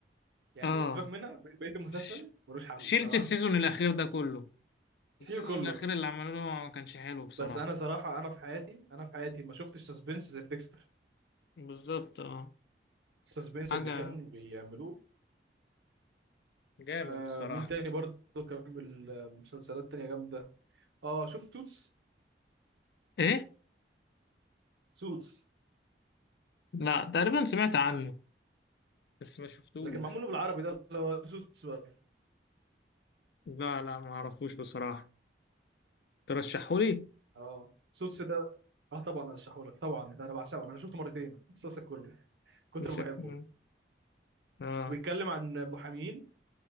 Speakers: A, on the right; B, on the left.
A: يعني
B: اه
A: سيبك منها ب- بقيه المسلسل
B: ش...
A: ملوش حل
B: شلت
A: صراحه
B: السيزون الاخير ده كله السيزون
A: شيل كله
B: الاخير اللي عملوه ما كانش حلو بصراحة
A: بس انا صراحه انا في حياتي انا في حياتي ما شفتش سسبنس زي في ديكستر
B: بالظبط اه
A: السسبنس
B: حاجة
A: اللي كان بيعملوه
B: جامد
A: آه
B: بصراحة
A: مين تاني برضه كان بالمسلسلات تانية جامده اه شوف سوتس
B: ايه
A: سوتس
B: لا تقريبا سمعت عنه بس ما شفتوش
A: لكن معمول له بالعربي ده اللي هو سوتس بقى
B: لا لا ما اعرفوش بصراحة ترشحولي
A: اه سوتس ده اه طبعا ارشحهولك طبعا ده انا بعشقه انا شفته مرتين المسلسل كله كتر
B: شكل
A: ما بحبه
B: اه
A: بيتكلم عن محامين